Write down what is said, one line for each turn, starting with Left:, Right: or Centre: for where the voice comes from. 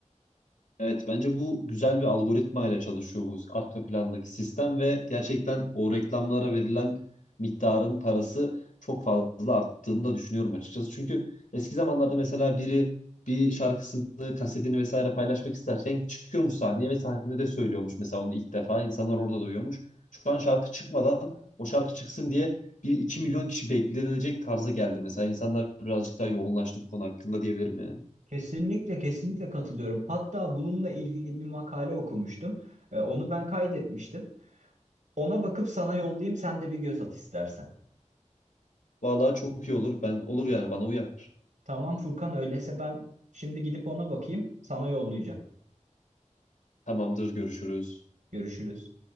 Left: Evet bence bu güzel bir algoritma ile çalışıyor bu arka plandaki sistem ve gerçekten o reklamlara verilen miktarın parası çok fazla arttığını da düşünüyorum açıkçası. Çünkü eski zamanlarda mesela biri bir şarkısını, kasetini vesaire paylaşmak isterken çıkıyormuş sahneye ve sahnede söylüyormuş mesela onu ilk defa. İnsanlar orada duyuyormuş. Şu an şarkı çıkmadan o şarkı çıksın diye bir 2 milyon kişi beklenecek tarza geldi mesela. İnsanlar birazcık daha yoğunlaştı bu konu hakkında diyebilirim yani.
Right: Kesinlikle kesinlikle katılıyorum. Hatta bununla ilgili bir makale okumuştum. E, Onu ben kaydetmiştim. Ona bakıp sana yollayayım, sen de bir göz at istersen.
Left: Vallahi çok iyi olur. Ben olur yani bana uyar.
Right: Tamam Furkan, öyleyse ben şimdi gidip ona bakayım, sana yollayacağım.
Left: Tamamdır, görüşürüz.
Right: Görüşürüz.